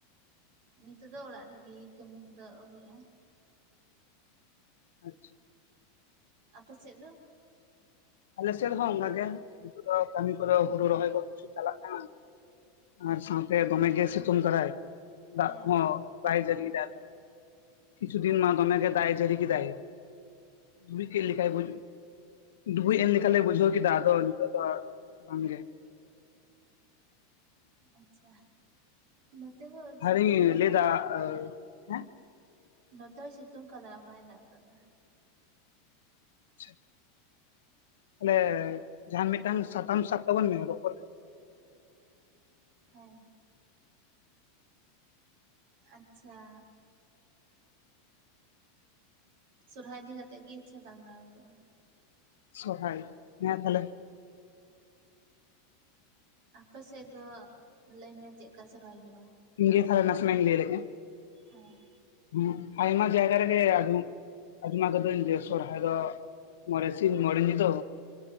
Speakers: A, on the right; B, on the left.
A: ᱱᱤᱛᱚᱜ ᱫᱚ ᱚᱲᱟᱜ ᱨᱮᱜᱮ ᱠᱟᱹᱢᱤ ᱠᱚᱫᱚ ᱟᱹᱣᱨᱤᱭᱟᱜᱼᱟ
B: ᱟᱪᱪᱷᱟ
A: ᱟᱯᱮ ᱥᱮᱫ ᱫᱚ
B: ᱟᱞᱮᱥᱮᱫ ᱦᱚᱸ ᱚᱱᱠᱟ ᱜᱮ ᱱᱤᱛᱚᱜ ᱫᱚ ᱠᱟᱹᱢᱤ ᱠᱚᱫᱚ ᱦᱩᱲᱩ ᱨᱚᱦᱚᱭ ᱠᱚ ᱠᱤᱪᱷᱩ ᱪᱟᱞᱟᱜ ᱠᱟᱱᱟ ᱟᱨ ᱥᱟᱶᱛᱮ ᱫᱚᱢᱮ ᱜᱮ ᱥᱤᱛᱩᱝ ᱫᱟᱨᱟᱭ ᱫᱟᱜ
A: ᱦᱮᱸ
B: ᱠᱚᱦᱚᱸ ᱵᱟᱭ ᱡᱟᱹᱨᱤᱭ ᱫᱟ ᱠᱤᱪᱩ ᱫᱤᱱ ᱢᱟ ᱫᱚᱢᱮ ᱰᱷᱮᱨ ᱫᱟᱜ-ᱮ ᱡᱟᱹᱨᱤ ᱠᱮᱫᱟᱭ ᱫᱩᱨᱲᱤ ᱠᱮᱜ ᱞᱮᱠᱟᱭ ᱵᱩᱡ ᱰᱩᱵᱩᱡ ᱮᱱ ᱞᱮᱠᱟ ᱞᱮ ᱵᱩᱡᱷᱟᱹᱣ ᱠᱮᱫᱟ ᱟᱫᱚ ᱱᱤᱛᱚᱜ ᱫᱚ ᱵᱟᱝ ᱜᱮ
A: ᱟᱪᱪᱷᱟ ᱱᱚᱛᱮ ᱦᱚᱸ ᱥᱤᱛᱩᱝ
B: ᱟᱨᱤᱧ
A: ᱠᱟᱫᱟᱭ
B: <unintelligible> ᱦᱮᱸ
A: ᱱᱚᱛᱮ ᱦᱳᱭ ᱥᱤᱛᱩᱝ ᱠᱟᱫᱟ ᱵᱟᱭ ᱫᱟᱜ ᱠᱟᱫᱟ
B: ᱟᱪᱪᱷᱟ ᱛᱟᱦᱚᱞᱮ ᱡᱟᱦᱟᱱ ᱢᱤᱫᱴᱟᱝ ᱥᱟᱛᱟᱢ ᱥᱟᱵ ᱛᱟᱵᱚᱱ ᱢᱮ ᱨᱚᱯᱚᱲ
A: ᱦᱮᱸ ᱟᱪᱪᱷᱟ ᱥᱚᱨᱦᱟᱭ ᱤᱫᱤ ᱠᱟᱛᱮᱜ ᱜᱮ ᱤᱪᱪᱷᱟ ᱜᱟᱞᱢᱟᱨᱟᱣ ᱦᱩᱭᱩᱜᱼᱟ
B: ᱥᱚᱨᱦᱟᱭ ᱦᱮᱸ ᱛᱟᱦᱞᱮ
A: ᱟᱯᱮ ᱥᱮᱫ ᱫᱚ ᱞᱟᱹᱭ ᱢᱮ ᱪᱮᱫ ᱠᱟ ᱥᱨᱦᱟᱭ ᱦᱩᱭᱩᱜᱼᱟ
B: ᱤᱧ ᱜᱮ ᱛᱟᱦᱞᱮ ᱱᱟᱥᱮᱱᱟᱜ ᱤᱧ ᱞᱟᱹᱭ ᱞᱮ ᱜᱮ
A: ᱦᱮᱸ
B: ᱦᱩᱸ ᱟᱭᱢᱟ ᱡᱟᱭᱜᱟ ᱨᱮᱜᱮ ᱟᱫᱚ ᱟᱡᱚᱢᱟ ᱠᱟᱹᱫᱟᱹᱧ ᱡᱮ ᱥᱚᱨᱦᱟᱭ ᱫᱚ ᱢᱚᱬᱮ ᱥᱤᱧ ᱢᱚᱬᱮ ᱧᱤᱫᱟᱹ